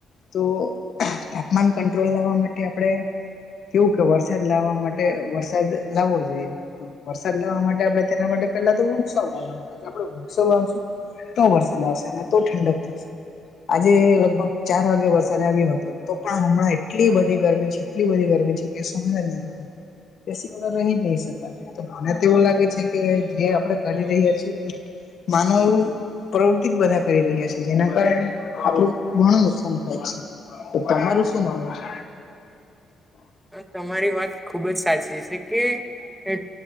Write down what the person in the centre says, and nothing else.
પણ તમારી વાત ખુબ જ સાચી છે. કે